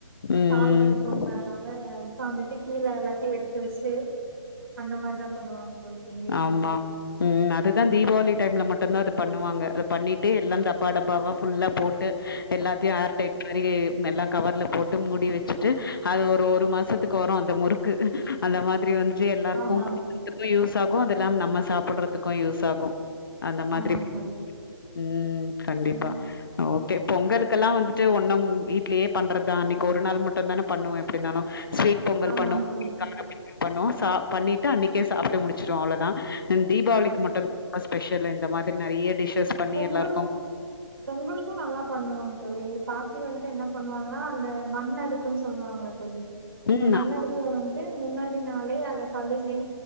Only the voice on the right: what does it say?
கால் வலிக்குங்க
ஆனா ஆ உட்காந்துட்டு கீழ எல்லாத்தையு எடுத்து வச்சு அந்த மாரிதா பண்ணுவாங்க தோழி எங்க வீட்லயு
ஆமாங்க
தோழி
ஆமாங்க தோழி
ம்
ஆமாங்க
தோழி
ஆ
பொங்கலுக்கும்
பொங்கலுக்கும் நல்லா பண்ணுவாங்க தோழி பா ட்டி வந்துட்டு என்ன பண்ணுவாங்கன்னா அந்த மண் அடுக்குன்னு சொல்லுவாங்கல்ல தோழி
இந்த மண்
அடு ப்பு வந்து முன்னாடி நாளே அத கழுவி